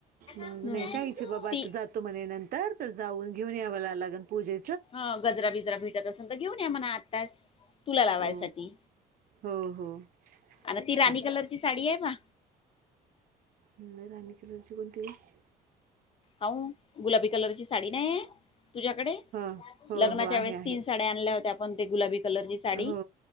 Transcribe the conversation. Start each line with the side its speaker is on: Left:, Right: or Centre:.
Right: मग
Left: हम्म
Right: नाही कायच बाबा
Left: ती
Right: आता जातो म्हणे नंतर तर जाऊन घेऊन यावं ला लागल पूजे
Left: ह गजरा बिजरा भेटत असेल तर घेऊन या म्हणा आत्ताास तुला लावायसाठी
Right: हो हो हो
Left: आणि ती
Right: सांगते
Left: राणी कलरची साडी आहे बा
Right: नाही रे राणी कलरची कोणती आहे
Left: हो गुलाबी कलरची साडी नाही तुझ्याकडे
Right: हा हो
Left: लग्नाच्या
Right: हो आहे
Left: वेळेस
Right: आहे
Left: तीन साड्या आणल्या होत्या आपण ते गुलाबी कलरची साडी
Right: हो